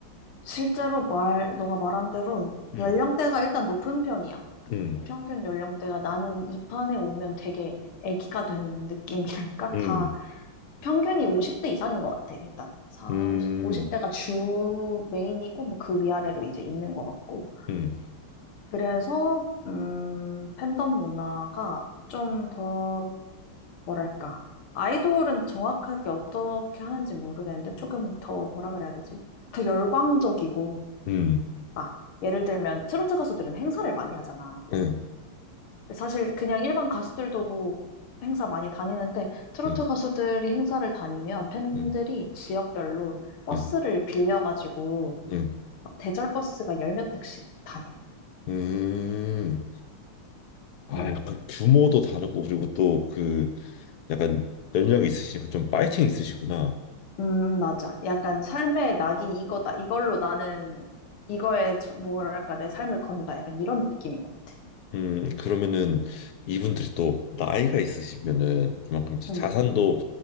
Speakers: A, on the left (about 85°); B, on the left (about 65°).
A: 실제로 말, 너가 말한 대로
B: 음.
A: 연령대가 일단 높은 편이야.
B: 음,
A: 평균 연령대가 나는 이 판에 오면 되게 애기가 된 느낌이랄까?
B: 음,
A: <laughs> 다 평균이 50대 이상인 것 같아, 일단. 사,
B: 음,
A: 오십 50대가 주 메인이고, 뭐 그 위아래로 이제 있는 것 같고.
B: 음,
A: 그래서, 음, 팬덤 문화가 좀 더, 뭐랄까. 아이돌은 정확하게 어떻게 하는지 모르겠는데, 조금 더 뭐라 그래야 되지? 더 열광적이고,
B: 음,
A: 막, 예를 들면 트로트 가수들은 행사를 많이 하잖아.
B: 음,
A: 근데 사실 그냥 일반 가수들도 뭐 행사 많이 다니는데 트로트
B: 음,
A: 가수들이 행사를 다니면 팬들이
B: 음,
A: 지역별로 버스를
B: 음,
A: 빌려가지고
B: 음,
A: 막 대절 버스가 열 몇 대씩 다녀.
B: 음. 아,
A: 음,
B: 약간 규모도 다르고 그리고 또 그 약간 연령이 있으시니까 좀 파이팅 있으시구나.
A: 음, 맞아. 약간 삶의 낙이 이거다. 이걸로 나는 이거에 저- 뭐랄까 내 삶을 건다. 약간 이런 느낌인 것 같아.
B: 음, 그러면은 이분들이 또 나이가 있으시면은 그만큼 이제
A: 음,
B: 자산도